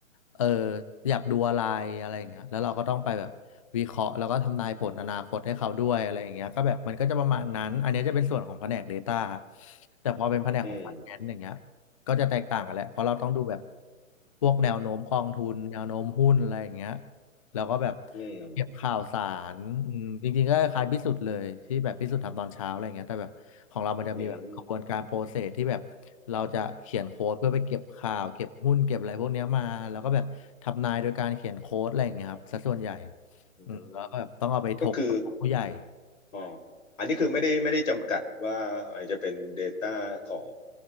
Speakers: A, on the left; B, on the left.
A: เอออยากดูอะไรอะไรอย่างเงี้ยแล้วเราก็ต้องไปแบบวิเคราะห์แล้วก็ทำนายผลอนาคตให้เขาด้วยอะไรอย่างเงี้ยก็แบบมันก็จะประมาณนั้นอันเนี้ยจะเป็นส่วนของแผนก Data แต่พอเป็นแผนกของ
B: อืม
A: Finance อย่างเงี้ยก็จะแตกต่างกันแหละเพราะเราต้องดูแบบพวกแนวโน้มกองทุนแนวโน้มหุ้นอะไรอย่างเงี้ย แล้วก็แบบ
B: อืม
A: เก็บข่าวสารอืมจริงๆก็คล้ายพิสุทธ์เลยที่แบบพิสุทธ์ทำตอนเช้าอะไรเงี้ยแต่แบบของเรามันจะมีแบบกระบวนการโปรเซสที่แบบเราจะเขียนโค้ดเพื่อไปเก็บข่าวเก็บหุ้นเก็บอะไรพวกเนี้ยมาแล้วก็แบบทำนายโดยการเขียนโค้ดอะไรอย่างเงี้ยครับซะส่วนใหญ่
B: อืมอืม
A: อืมแล้วก็แบบต้องเอาไปถกกับผู้ใหญ่
B: ก็คือ อ๋ออันนี้คือไม่ได้ไม่ได้จำกัดว่าอาจจะเป็น Data ของ